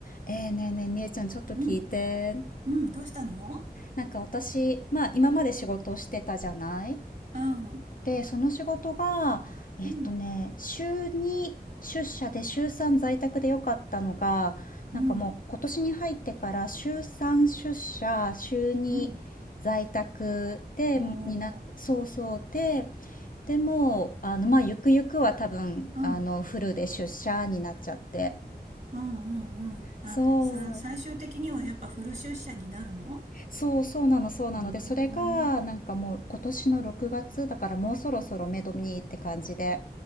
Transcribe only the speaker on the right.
うん、うん、どうしたの
うん、
うん、
うん、
うん。おー、
うん、
うん、
うん、うん。あ、
さ、最終的にはやっぱフル出社になるの
うーん、